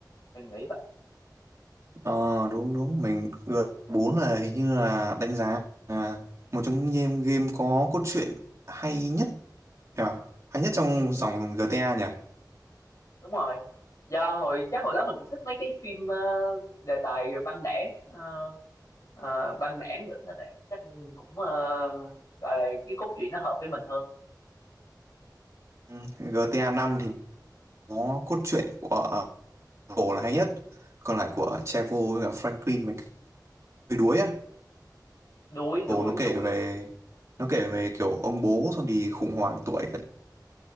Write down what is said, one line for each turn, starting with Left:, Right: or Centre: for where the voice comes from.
Left: mình nghĩ vậy
Right: Ờ đúng đúng mình g bốn là hình như là đánh giá là một trong những game, game có cốt truyện hay nhất nhỉ? Hay nhất trong dòng GTA nhỉ?
Left: đúng rồi do hồi chắc hồi đó mình cũng thích mấy cái phim ờ, đề tài băng đảng ờ, ờ, băng đảng nữa nên là chắc cũng ờ, gọi là cái cốt truyện nó hợp với mình hơn
Right: Ừ, GTA năm thì có cốt truyện của ờ, Cổ là hay nhất còn lại của Trevor với cả Franklin mình hơi đuối á
Left: đuối đuối
Right: Cổ nó
Left: đuối
Right: kể về nó kể về kiểu ông bố xong thì khủng hoảng tuổi đúng